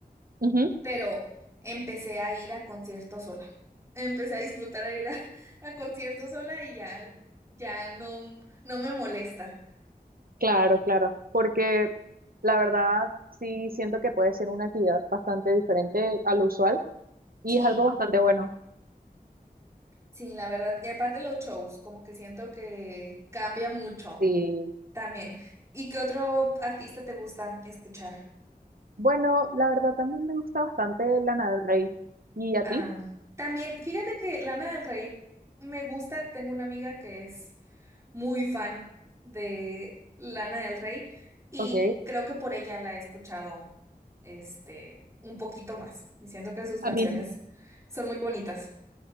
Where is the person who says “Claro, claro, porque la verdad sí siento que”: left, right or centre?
Right